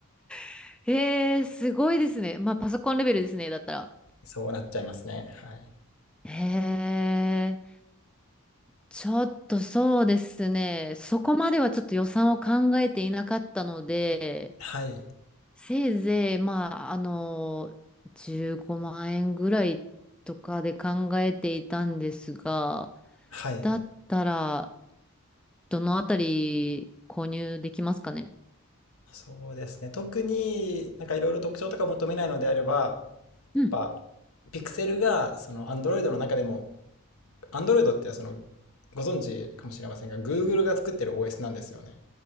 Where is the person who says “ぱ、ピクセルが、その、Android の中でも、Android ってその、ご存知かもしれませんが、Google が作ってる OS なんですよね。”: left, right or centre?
Left